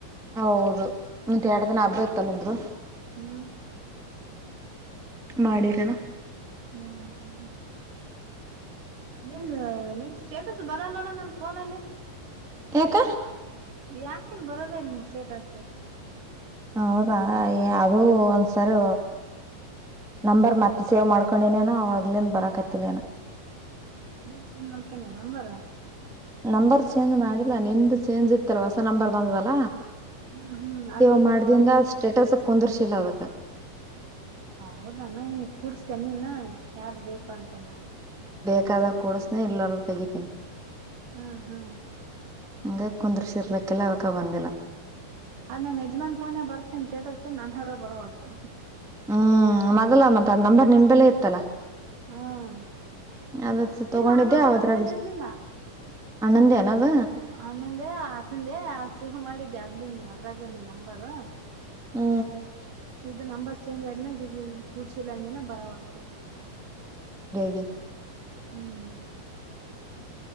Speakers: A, in the centre; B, on the right.
A: ಹೌದು ಮತ್ತೆ ಎರಡು ದಿನ ಹಬ್ಬ ಇತಲ್ಲ ನಿಮ್ದು
B: ಹು
A: ಮಾಡಿರನ
B: ಹು ನಿನ್ ನಿನ್ ಸ್ಟೇಟಸ್ ಬರಲ್ಲ ನೋಡ ನನ್ನ ಫೋನಲ್ಲಿ
A: ಯಾಕ
B: ಯಾಕೇನ್ ಬರೋದಿಲ್ಲ ನಿನ್ನ ಸ್ಟೇಟಸ್
A: ಹೌದಾ ಅದು ಒಂದ ಸರಿ ನಂಬರ್ ಮತ್ತೆ ಸೇವ್ ಮಾಡ್ಕೊಂಡಿನೇನ ಅವುಗಳಿಂದ ಬರಕತಿಲ್ಲ ಏನ
B: ನೀನ್ ಸೇವ್ ಮಾಡ್ಕೊಂಡೆ ಏನ ನಂಬರ
A: ನಂಬರ್ ಚೇಂಜ್ ಮಾಡಿಲ್ಲಾ ನಿಂದು ಚೇಂಜ್ ಇತ್ತಲ್ ಹೊಸ ನಂಬರ್ ಬಂದಾದಲ್ಲ
B: ಹ್ಮ್ ಹ್ಮ್ ಅದು
A: ಸೇವ್ ಮಾಡದಿಂದ
B: ತೊಂಬ
A: ಸ್ಟೇಟಸ್ ಕುಂದ್ರಿಸಿಲ್ಲ ಅದಕ
B: ಹೌದಾನ ಹಿಂಗ ಕುಡಸತಿ ಏನ ನಿನ ಯಾವ್ದು ಬೇಕು ಅಂತಿಲ್ಲ
A: ಬೇಕಾದಾಗ ಕೊಡಸತಿನಿ ಇಲ್ಲರದಾಗ ತಗಿತೀನಿ
B: ಹು ಹು
A: ಹಂಗ ಕುಂದ್ರಸಿ ಇರಲ್ಲಕಿಲ್ಲ ಅದಕ್ಕ ಬಂದಿಲ್ಲ
B: ಅದ ನಮ್ಮ ಯಜಮಾನ್ ಫೋನಗ ಬರ್ತದ ಏನ ಸ್ಟೇಟಸ್ ನನದ್ರಾಗ ಬರವಲ್ತು
A: ಹು ಮದಲ ಮತ್ತ ಅದ್ ನಂಬರ್ ನಿನ್ ಬಲ್ಲೆ ಇತ್ತಲ್ಲ
B: ಹ್ಮ್
A: ಅದ ತಗೊಂಡಿದ್ದೆ
B: ಇಲ್ಲ ಆನ ಬರಂದ
A: ಅವದ್ರಾಗ
B: ಬೇಲೆ ಇರ್ಲಿಲ್ಲ
A: ಅಣ್ಣಂದೇನ ಅದ
B: ಆನಂದೇ ಆತಂದೆ ಸೇವ್ ಮಾಡಿ ಅದಲಿಂದ ಅದ್ರಾಗ ನೀ ನಂಬರ್
A: ಹ್ಮ
B: ಇ ನಂಬರ್ ಚೇಂಜ್ ಆದ್ಮಾಗ ಇ ಇದ ಕೂಡ್ಸಿಲ್ಲ ಅಂದಿನ ಬರಾವಾಲ್ತು
A: ಗೆ
B: ಹ್ಮ್